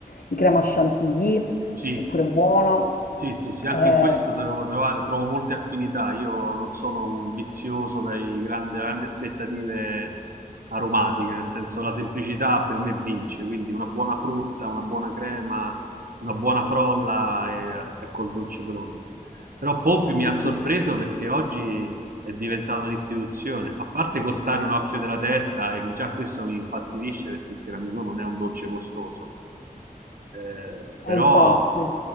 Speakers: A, on the left (about 70°); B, on the right (about 70°).
A: di crema chantilly,
B: sì.
A: è pure buona.
B: Sì, sì, sì, anche
A: Eh,
B: in questo devo trovare, trovo molte affinità. Io non sono un vizioso dai grandi, grandi aspettative aromatiche, nel senso la semplicità per me vince, quindi una buona frutta, una buona crema, una buona frolla e ecco il dolce pronto. Però Pompi mi
A: sì,
B: ha sorpreso
A: sì.
B: perché oggi è diventato un'istituzione, a parte costare un occhio della testa, e già questo mi infastidisce perché il tiramisù non è un dolce costoso eh, però
A: eh, infatti.